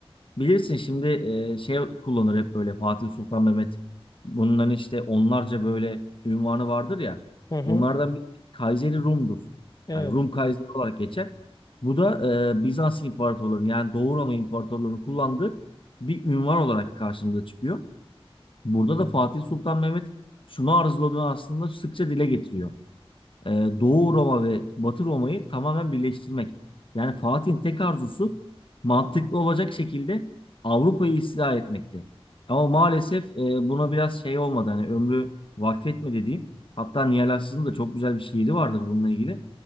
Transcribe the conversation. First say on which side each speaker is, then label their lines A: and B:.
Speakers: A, on the left; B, on the left.
A: Bilirsin şimdi e, şey kullanır hep böyle Fatih Sultan Mehmet. Bunların işte onlarca böyle ünvanı vardır ya.
B: Hı hı.
A: Bunlardan bir Kayseri Rum'dur.
B: Evet.
A: Yani Rum Kayseri olarak geçer. Bu da e, Bizans imparatorlarının yani Doğu Roma imparatorlarının kullandığı bir ünvan olarak karşımıza çıkıyor. Burada da Fatih Sultan Mehmet şunu arzuladığını aslında sıkça dile getiriyor. Ee, Doğu Roma ve Batı Roma'yı tamamen birleştirmek. Yani Fatih'in tek arzusu mantıklı olacak şekilde Avrupa'yı istila etmekti. Ama maalesef e, buna biraz şey olmadı. Hani ömrü vakfetmedi dediğim Hatta Nihal Aslı'nın da çok güzel bir şiiri vardır bununla ilgili.